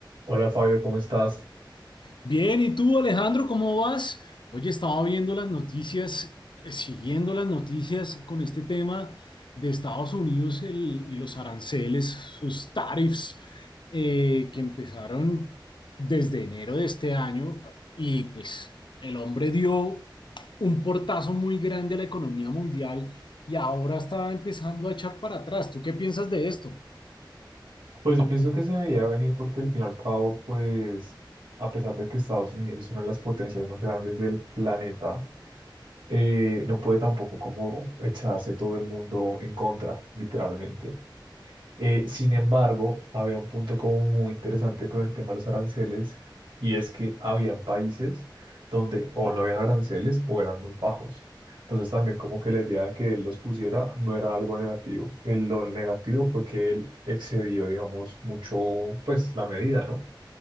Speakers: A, on the right (about 70°); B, on the left (about 70°).
A: Hola Fabio, ¿cómo estás?
B: Bien, ¿y tú, Alejandro, cómo vas? Oye, estaba viendo las noticias, eh, siguiendo las noticias con este tema de Estados Unidos el- y los aranceles, sus tariffs, eh, que empezaron desde enero de este año y pues el hombre dio un portazo muy grande a la economía mundial y ahora está empezando a echar para atrás. ¿Tú qué piensas de esto?
A: Pues yo pienso que se veía venir porque al fin y al cabo, pues a pesar de que Estados Unidos es una de las potencias más grandes del planeta, eh, no puede tampoco como echarse todo el mundo en contra, literalmente. Eh, sin embargo, había un punto como muy interesante con el tema de los aranceles y es que habían países donde o no habían aranceles o eran muy bajos. Entonces también como que la idea de que él los pusiera no era algo negativo. El- lo negativo fue que él excedió, digamos, mucho pues la medida, ¿no?